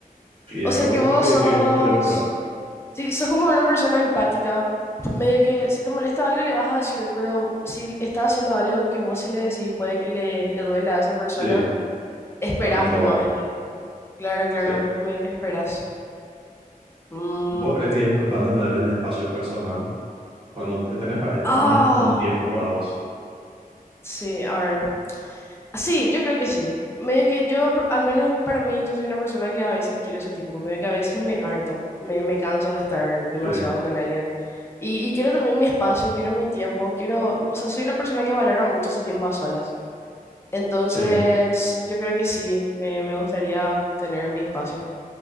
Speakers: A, on the right; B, on the left.
A: Y
B: O
A: es algo
B: sea que vos
A: que,
B: sos
A: que me gustaría mejorar.
B: Sí, sos como una persona empática, medio que si te molesta algo le vas a decir, pero si está haciendo algo que vos sí le decís puede que le, le duela a esa persona,
A: Sí,
B: esperás
A: también no
B: nomás
A: ahora.
B: que... Claro, claro,
A: Sí.
B: medio que esperás. Mm,
A: ¿Vos crees que es importante tener el espacio personal cuando te- tenés pareja?
B: Ah,
A: Un, un tiempo para vos.
B: sí, a ver. Sí, yo creo que sí. Medio que yo, por- al menos para mí, yo soy una persona que a veces quiere su tiempo, medio que a veces me harto, me, me canso de estar demasiado
A: Sí,
B: con alguien. Y, y quiero también mi espacio, quiero mi tiempo, quiero, o sea, soy una persona que valora mucho su tiempo a solas. Entonces,
A: sí.
B: yo creo que sí, me, me gustaría tener mi espacio.